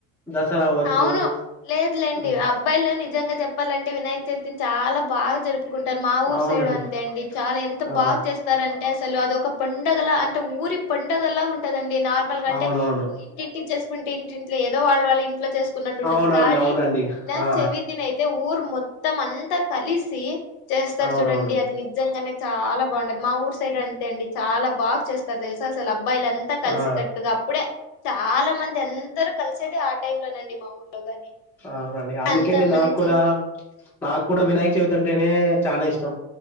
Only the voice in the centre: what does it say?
దసరా అవ్వచ్చు
ఉమ్,
అవునండి
ఆ
అవునవును
అవునవుండి
అవునండి
ఆ
అవునవును
ఆ
అవునండి అందుకని
నాకు కూడా, నాకు కూడా వినాయక చవితంటే అంటేనే చాలా ఇష్టం